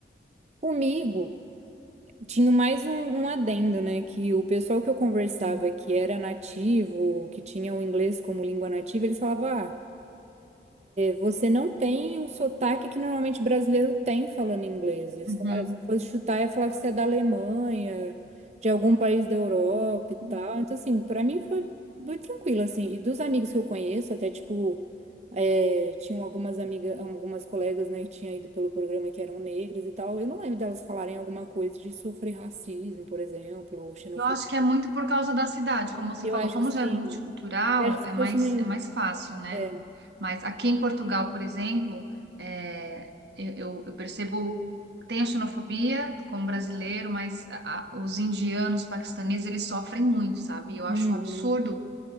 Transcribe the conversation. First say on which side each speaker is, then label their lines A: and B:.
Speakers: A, on the right (about 40°); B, on the right (about 70°).
A: comigo tinha mais um, um adendo, né? Que o pessoal que eu conversava
B: Sim.
A: que era nativo, que tinha o inglês como língua nativa, eles falavam, ah, Você não tem o sotaque que normalmente brasileiro tem falando inglês. Eles
B: Uhum.
A: falaram, se fosse chutar, ia falar que você é da Alemanha, de algum país da Europa e tal.
B: Uhum.
A: Então, assim, pra mim foi muito tranquilo, assim. E dos amigos que eu conheço, até, tipo, é, tinham algumas amigas, algumas colegas, né, que tinham ido pelo programa que eram negras e tal. Eu não lembro delas falarem alguma coisa de sofrer racismo, por exemplo, ou xenofobia.
B: Eu acho que é muito por causa da cidade, como você
A: Eu
B: falou,
A: acho
B: como
A: que sim.
B: já é multicultural,
A: Eu acho que
B: é
A: se
B: mais,
A: fosse meio...
B: é mais fácil, né?
A: É.
B: Mas aqui em Portugal, por exemplo, é, eu, eu- eu percebo, tem a xenofobia com o brasileiro, mas a- a- os indianos, paquistaneses, eles sofrem muito, sabe? Eu acho
A: Uhum,
B: um absurdo